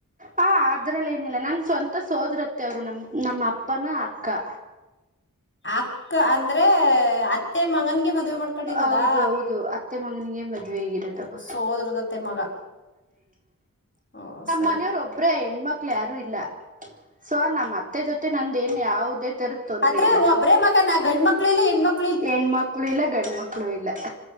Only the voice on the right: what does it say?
ಹ ಅದ್ರಲ್ಲ ಏನಿಲ್ಲ ನನ್ ಸ್ವಂತ ಸೋದ್ರತ್ತ ಅವ್ರು ನಮ್ ನಮ್ಮ ಅಪ್ಪನ ಅಕ್ಕ.
ಹೌದೌದು ಅತ್ತೆ ಮಗನಿಗೆ ಮದುವೆ ಆಗಿರೋದು
ಮನೆಯವರ್ ಒಬ್ಬ್ರ ಹೆಣ್ಮಕ್ಳ ಯಾರು ಇಲ್ಲ ಸೊ ನಮ್ಮ್ ಅತ್ತೆ ಜೊತೆ ನಂದ ನ್ ಯಾವವುದೇ ತರದ ತೊಂದ್ರೆ
ಹೆಣ ಮಕ್ಳು ಇಲ್ಲ ಗಂಡ ಮಕ್ಳು ಇಲ್ಲ